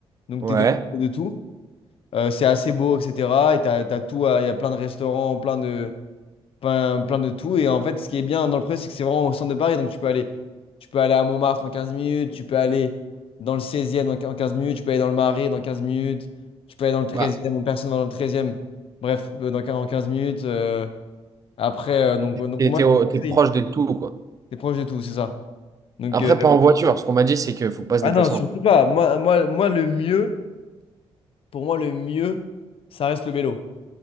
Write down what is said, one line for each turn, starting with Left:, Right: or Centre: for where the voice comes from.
Left: Donc,
Right: Ouais.
Left: t'es dans le milieu de tout. Euh, c'est assez beau, etc. Et t'as, t'as tout, à- il y a plein de restaurants, plein de, plein, plein de tout. Et en fait, ce qui est bien dans le premier, c'est que c'est vraiment au centre de Paris. Donc, tu peux aller, tu peux aller à Montmartre en 15 minutes. Tu peux aller dans le seizième en en 15 minutes. Tu peux aller dans le Marais dans 15 minutes. Tu peux aller dans le treizième
Right: Bah,
Left: e Bon, personne va dans le treizième Bref, euh, dans, en 15 minutes. euh, après, euh, donc, donc,
Right: t'es
Left: moi,
Right: t'es
Left: je
Right: au-
Left: te conseille.
Right: t'es proche de tout, quoi.
Left: T'es proche de tout, c'est ça. Donc,
Right: Après,
Left: euh,
Right: pas en voiture. Ce qu'on m'a dit, c'est qu'il faut pas se
Left: ah
Right: déplacer
Left: non, surtout
Right: en voiture.
Left: pas. Moi, moi, moi, le mieux, pour moi, le mieux, ça reste le vélo.